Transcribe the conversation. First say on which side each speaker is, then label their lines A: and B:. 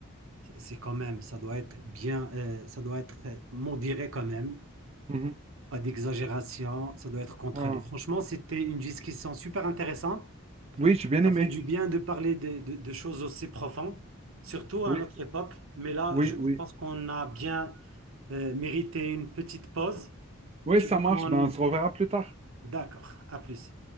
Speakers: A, on the right; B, on the right.
A: C'est c'est quand même, ça doit être bien, euh, ça doit être euh, modéré quand même.
B: Mhm.
A: Pas d'exagération, ça doit être contrôlé.
B: Voilà.
A: Franchement, c'était une discussion super intéressante.
B: Oui, j'ai bien
A: Ça
B: aimé.
A: fait du bien de parler de, de- de choses aussi profondes, surtout
B: Oui,
A: à notre époque. Mais là,
B: oui,
A: je je
B: oui.
A: pense qu'on a bien euh, mérité une petite pause.
B: Oui,
A: Tu
B: ça
A: veux
B: marche.
A: qu'on...
B: Ben, on se reverra plus tard.
A: D'accord, à plus.